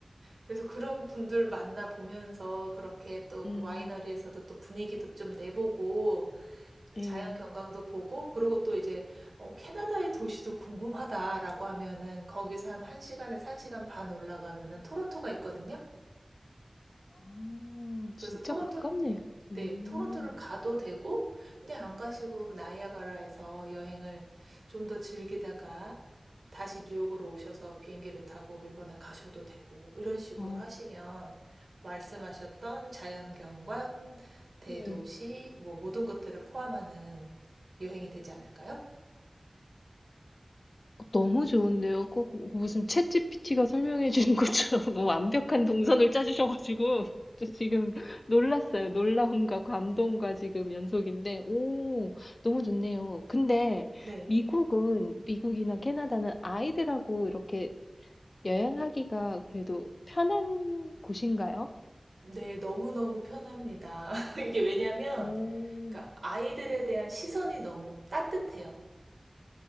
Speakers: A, on the right; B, on the left.
A: 그래서 그런 분들 만나 보면서 그렇게
B: <laughs>
A: 또
B: 음,
A: 그 와이너리에서도 또 분위기도 좀 내보고 그
B: 예.
A: 자연 경관도 보고 그리고 또 이제 어, 캐나다의 도시도 궁금하다라고 하면은 거기서 한 1시간에서 1시간 반 올라가면은 토론토가 있거든요.
B: 아,
A: 그래서
B: 진짜
A: 토론토를
B: 가깝네요.
A: 네,
B: 음,
A: 토론토를 가도 되고 그냥 안 가시고 나이아가라에서 여행을 좀 더 즐기다가 다시 뉴욕으로 오셔서 비행기를 타고 일본에 가셔도 되고 이런 식으로
B: 어,
A: 하시면 말씀하셨던 자연 경관, 대도시
B: 예.
A: 뭐 모든 것들을 포함하는 여행이 되지 않을까요?
B: 너무 좋은데요. 꼭 무슨 챗GPT가 설명해 주는 것처럼 <laughs> 너무 완벽한 동선을 짜주셔가지고 <laughs> 저 지금 놀랐어요. 놀라움과 감동과 지금 연속인데, 오, 너무 좋네요. 근데
A: 네.
B: 미국은, 미국이나 캐나다는 아이들하고 이렇게 여행하기가 그래도 편한 곳인가요?
A: 네, 너무너무 편합니다. <laughs> 이게 왜냐면
B: 오,
A: 그러니까 아이들에 대한 시선이 너무 따뜻해요.